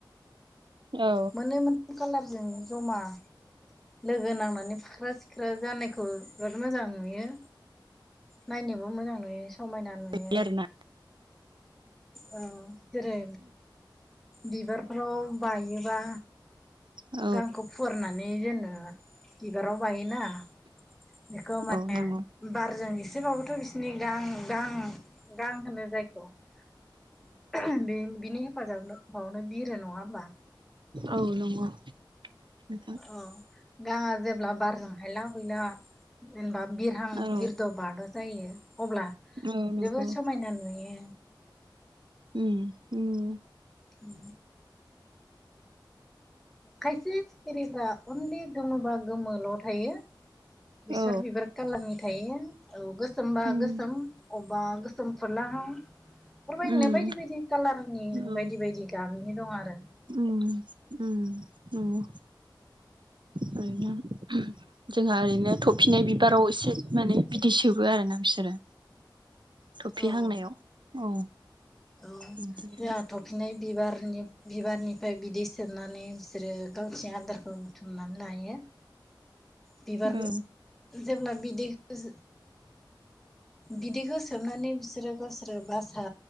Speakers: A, on the right; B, in the centre.
A: औ
B: मोननै <unintelligible> खालार जों जमा लोगो नांनानै फाख्रा सिख्रा जानायखौ बिराद मोजां नुयो नायनोबो मोजां नुयो समायना नुयो
A: बिदि आरोना
B: औ जेरै बिबारफ्राव बायोबा
A: नोंथां
B: गांखौ फुवारनानै जोनो बिबाराव बायोना बेखौ माने
A: औ नंगौ
B: बारजों एसेबाबोथ बिसनि गां गां गां होनो जायखौ औ बि बिनि हेफाजाब बावनो बिरो नङा होमबा
A: औ नंगौ नोंथां
B: अ गांआ जेब्ला बारजों हायला हुयला जेनेबा बिरहां
A: औ
B: बिरद बाद जायो अब्ला
A: औ नंगौ
B: जोबोद समायना नुयो
A: उम-उम
B: उम खायसे सिखिरिफ्रा अनलि गोमोबा गोमोल थायो बेसर
A: औ
B: बिबार कालारनि थायो औ गोसोमबा
A: उम
B: गोसोम अब बा गोसोम फुरलाहां बेफोरबायदिनो
A: उम
B: बायदि बायदि कालारनि
A: औ
B: बायदि बायदि गाबनि दं आरो
A: उम उम नंगौ ओरैनो जोंहा ओरैनो थफिनाय बिबाराव एसे माने बिदै सोबो आरोना बिसोरो थफि
B: औ
A: हांनायाव औ
B: जोंहा
A: बिदि आरो
B: थफिनाय बिबारनि बिबारनिफ्राय बिदै सोबनानै बिसोरो गावसिनि आदारखौ बुथुमनानै लायो बिबार
A: औ
B: जेब्ला बिदैखो बिदैखौ सोबनानै बिसोरो गावसोरो बासा